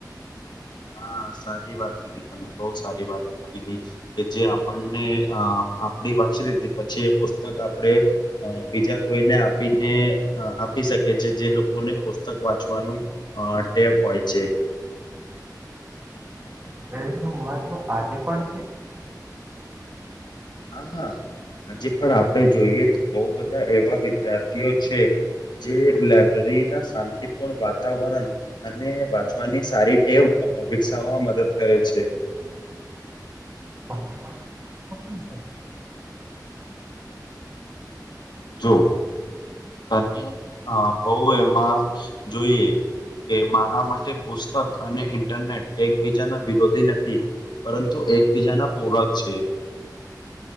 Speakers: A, on the left; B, on the right.
A: હા, સારી વાત કીધી, તમે બહુ સારી વાત કીધી કે જે, આપણને અ આપડી વાંચી લીધી પછી, એ પુસ્તક આપડે બીજા કોઈને આપીને આપી શકે છે, જે લોકોને પુસ્તક વાંચવાનું અ ટે હોય છે.
B: <inaudible> ટ્રેન નું મહત્વ આજે પણ છે.
A: હા હા હજી પણ આપણે જોઈએ તો બવ બધા એવા વિદ્યાર્થીઓ છે જે લાયબ્રેરી ના શાંતિપૂર્ણ વાતાવરણ અને વાંચવાની સારી ટેવ વિકસાવવામાં મદદ કરે છે.
B: બંને મા <inaudible>
A: જો તને હ બઉ એમાં જોઈએ. કે મારા માટે પુસ્તક અને ઇન્ટરનેટ એકબીજાના વિરોધી નથી પરંતુ એકબીજાના પોરાક છે.